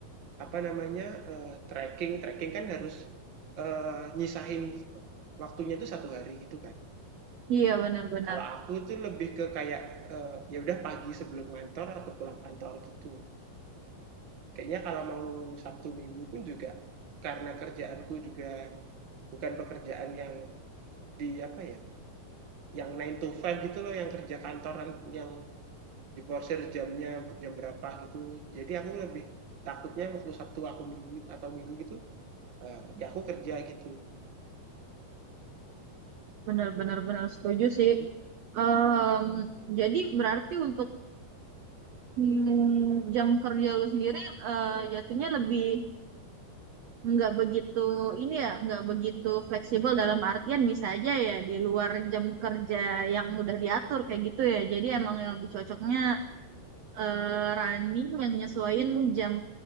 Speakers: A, on the right (about 45°); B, on the right (about 70°).
A: apa namanya eh, trekking, trekking kan harus eh, nyisahin waktunya itu satu hari gitu kan.
B: Iya, benar-benar.
A: Kalau aku tuh lebih ke kayak eh, ya udah pagi sebelum kantor atau pulang kantor gitu. Kayaknya kalau mau Sabtu Minggu pun juga karena kerjaanku juga bukan pekerjaan yang di apa ya, yang nine to five gitu loh, yang kerja kantoran yang diporsir jamnya jam berapa gitu jadi aku lebih takutnya waktu Sabtu aku minggu atau minggu gitu eh, ya aku kerja gitu
B: Benar-benar benar setuju sih. Em, jadi berarti untuk Hmm, jam kerja lu sendiri eh, jatuhnya lebih nggak begitu ini ya nggak begitu fleksibel dalam artian bisa aja ya di luar jam kerja yang udah diatur kayak gitu ya jadi emang yang lebih cocoknya eh, running yang nyesuaiin jam